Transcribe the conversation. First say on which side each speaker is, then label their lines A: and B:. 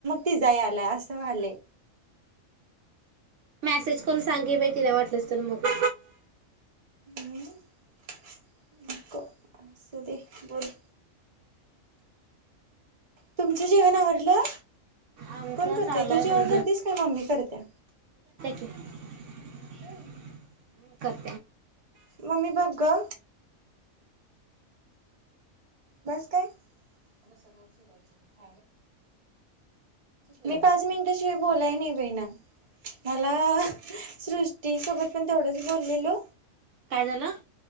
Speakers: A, on the right; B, on the right.
A: तूजा यालाय असं व्हायलय.
B: मॅसेज करून सांग की बाई तीला वाटलस्तर तर मग
A: ह नको असू दे बोल. तुमचं जेवण आवरलं.
B: आमचं
A: कोण करतय
B: चालू
A: तू
B: आहे बाई
A: जेवण करतीस का मम्मी करतिया?
B: <inaudible>
A: होय.
B: हं कर.
A: मम्मी बघ ग. बास काय <inaudible> मी पाच मिनिटाशिवाय बोलाय नाही बाई ना, मला सृष्टी सोबत पण तेवढंच बोललेलो.
B: काय झालं?